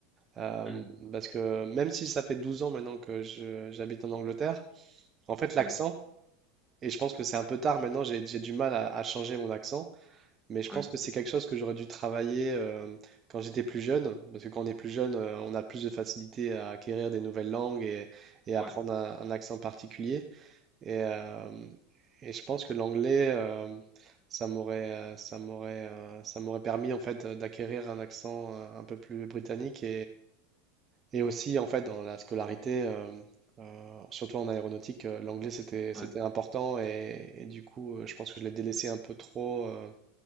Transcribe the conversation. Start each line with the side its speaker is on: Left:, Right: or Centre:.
Right: Euh,
Centre: Hmm.
Right: parce que même si ça fait 12 ans maintenant que je- j'habite en Angleterre, en fait l'accent,
Centre: Ouais,
Right: et je pense que c'est un peu tard maintenant, j'ai j'ai du mal à, à changer mon accent, mais je
Centre: ouais,
Right: pense que c'est quelque chose que j'aurais dû travailler euh, quand j'étais plus jeune, parce que quand on est plus jeune, euh, on a plus de facilité à acquérir des nouvelles langues et, et apprendre
Centre: ouais,
Right: un, un accent particulier. Et, euh, et je pense que l'anglais, euh, ça m'aurait euh, ça m'aurait euh, ça m'aurait permis en fait euh, d'acquérir un accent euh, un peu plus britannique et aussi, en fait, dans la scolarité, euh, euh, surtout en aéronautique, euh, l'anglais, c'était, c'était
Centre: ouais,
Right: important. Et, et du coup, euh, je pense que je l'ai délaissé un peu trop. euh,